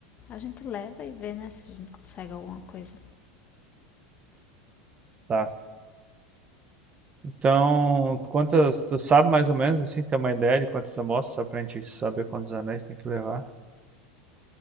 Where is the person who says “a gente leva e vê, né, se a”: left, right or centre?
Left